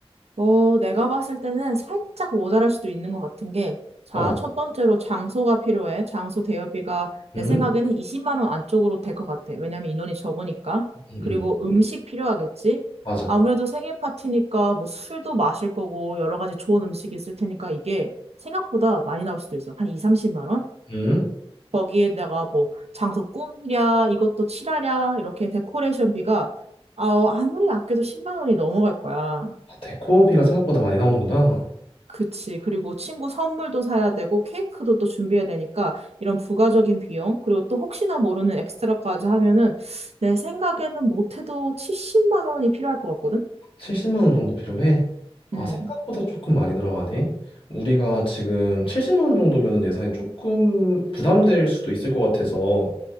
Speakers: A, on the right (about 85°); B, on the left (about 60°).
A: 어, 내가 봤을 때는 살짝 모자랄 수도 있는 것 같은 게, 자,
B: 어,
A: 첫 번째로 장소가 필요해. 장소 대여비가 내
B: 음,
A: 생각에는 20만 원 안쪽으로 될 것 같아. 왜냐면 인원이 적으니까.
B: 음,
A: 그리고
B: 음.
A: 음식 필요하겠지?
B: 맞아.
A: 아무래도 생일 파티니까 뭐 술도 마실 거고 여러 가지 좋은 음식이 있을 테니까 이게 생각보다 많이 나올 수도 있어. 한 2, 30만 원?
B: 음,
A: 거기에다가 뭐 장소 꾸미랴, 이것도 칠하랴, 이렇게 데코레이션비가 어, 아무리 아껴도 10만 원이 넘어갈 거야.
B: 아, 데코비가 생각보다 많이 나오는구나.
A: 그치. 그리고 친구 선물도 사야 되고, 케이크도 또 준비해야 되니까, 이런 부가적인 비용, 그리고 또 혹시나 모르는 엑스트라까지 하면은, 내 생각에는 못해도 70만 원이 필요할 것 같거든?
B: 70만 원 정도 필요해. 아,
A: 음,
B: 생각보다 조금 많이 들어가네. 우리가 지금 70만 원 정도면은 예산이 조금 부담될 수도 있을 것 같아서